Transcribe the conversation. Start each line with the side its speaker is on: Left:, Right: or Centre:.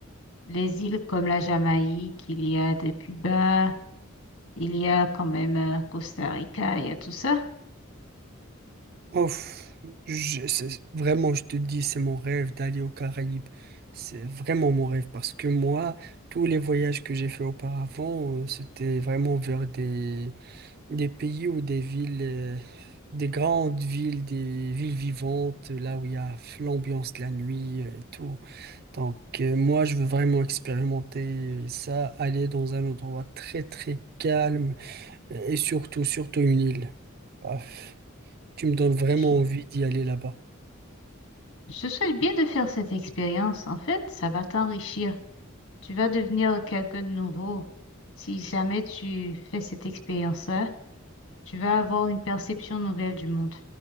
Left: les îles comme la Jamaïque, il y a de Cuba, il y a quand même euh, Costa Rica, il y a tout ça.
Right: Ouf, je, c'est- vraiment, je te dis, c'est mon rêve d'aller aux Caraïbes. C'est vraiment mon rêve parce que moi, tous les voyages que j'ai fait auparavant, euh, c'était vraiment vers des, des pays ou des villes, euh, des grandes villes, des villes vivantes, là où il y a l'ambiance de la nuit euh, et tout. Donc, euh, moi, je veux vraiment expérimenter ça, aller dans un endroit très très calme Et surtout, surtout une île. Paf. tu me donnes vraiment
Left: Je
Right: envie d'y aller là-bas.
Left: je te souhaite bien de faire cette expérience. En fait, ça va t'enrichir. Tu vas devenir quelqu'un de nouveau. Si jamais tu fais cette expérience-là, tu vas avoir une perception nouvelle du monde.